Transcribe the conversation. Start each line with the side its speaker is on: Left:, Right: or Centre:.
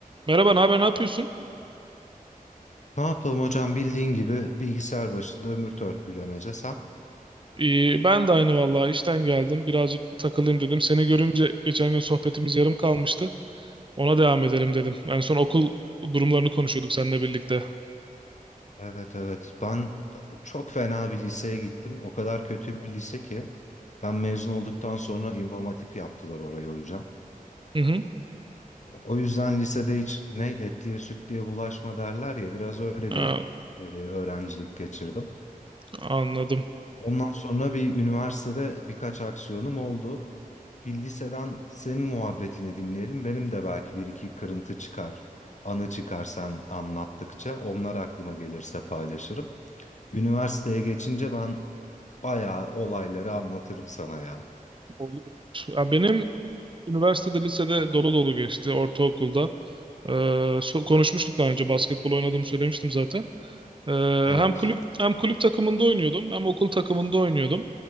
Right: Merhaba, ne haber, ne yapıyorsun?
Left: Ne yapalım hocam bildiğin gibi bilgisayar başında ömür törpülemece sen.
Right: İyi, ben de aynı vallahi işten geldim. Birazcık takılayım dedim. Seni görünce geçen gün sohbetimiz yarım kalmıştı. Ona devam edelim dedim. En son okul durumlarını konuşuyorduk seninle birlikte.
Left: Evet evet ben çok fena bir liseye gittim. O kadar kötü bir lise ki ben mezun olduktan sonra İmam Hatip yaptılar orayı hocam.
Right: Hı hı.
Left: O yüzden lisede hiç ne etliye sütlüye bulaşma derler ya biraz öyle
Right: Aa,
Left: bir e, öğrencilik geçirdim.
Right: anladım.
Left: Ondan sonra bir üniversitede birkaç aksiyonum oldu. Bir liseden senin muhabbetini dinleyelim. Benim de belki bir iki kırıntı çıkar, anı çıkar sen anlattıkça. Onlar aklıma gelirse paylaşırım. Üniversiteye geçince ben bayağı olayları anlatırım sana ya.
Right: Olur. Ya benim üniversitede, lisede dolu dolu geçti ortaokulda. Ee, so- konuşmuştuk daha önce basketbol oynadığımı söylemiştim zaten. Ee,
Left: Evet.
Right: hem kulüp hem kulüp takımında oynuyordum hem okul takımında oynuyordum.